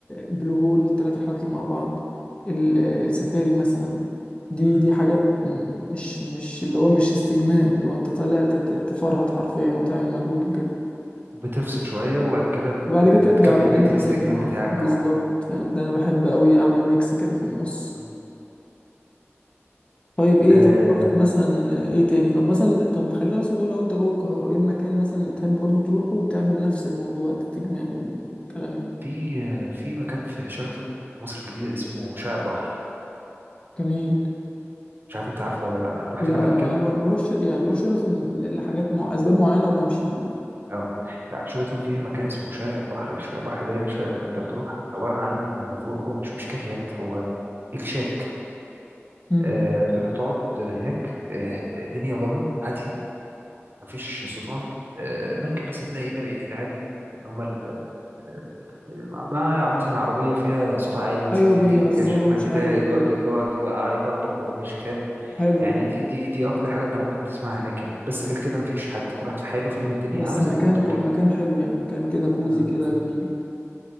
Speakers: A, on the left (about 25°); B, on the right (about 50°).
A: البلو هول الثلاث رحلات اللي مع بعض ال- آه، السفاري مثلا دي
B: مم.
A: دي حاجات م- مش مش اللي هو مش استجمام اللي هو انت طالع تت- تفرهد حرفيا وتعمل مجهود وكده
B: بتفصل شوية وبعد كده بت...
A: وبعد
B: بتكمل
A: كده ترجع بقى
B: بقية
A: انت
B: الاستجمام
A: تاني اه
B: بتاعك
A: بالظبط
B: اه
A: فاهم ده انا بحب قوي اعمل ميكس كده في النص
B: مم.
A: طيب ايه
B: آه
A: طب رحت مثلا ايه تاني طب مثلا طب خلينا مثلا نقول لو انت جوه القاهرة ايه المكان مثلا اللي تحب برضو تروحه وتعمل نفس الموضوع التجمام والكلام ده
B: في آه، في مكان في شيراتون في مصر الجديدة اسمه شارع البحر
A: جميل
B: مش عارف انت عارفه ولا لا رحت
A: لا
B: هناك قبل
A: لا ما
B: كده
A: ما بروحش يعني بروح شيراتون ل- لحاجات مع اسباب معينة وبمشي مع
B: اه لا شيراتون فيها مكان اسمه شارع البحر شارع البحر ده يا باشا انت بتروح عبارة عن مفهو- هو مش مش كافيهات هو اكشاك
A: مم.
B: آه بتروح تقعد هناك آه الدنيا ضلمة هادية مفيش صداع آه، ممكن بس تلاقي بقى ايه العيال اللي هم ال- آه، مع مع مثلا عربية فيها صوت عالي مثلا
A: ايوه
B: فيها
A: بيهزروا
B: ديفل فيها شكمان
A: مش
B: بتاع
A: عارف ايه
B: اللي
A: كده
B: يقعد اللي يقعد يقع- يبكبك وهو ماشي فاهم
A: حلو
B: يعني
A: حلو
B: دي دي دي أكتر حاجة أنت ممكن تسمعها هناك يعني بس غير كده مفيش حد كل واحد في حاله فاهم الدنيا
A: بس
B: عاملة
A: مكان
B: زي المقطم
A: كو...
B: كده
A: مكان حلو يعني مكان كده كوزي
B: مم.
A: كده
B: مم.
A: جميل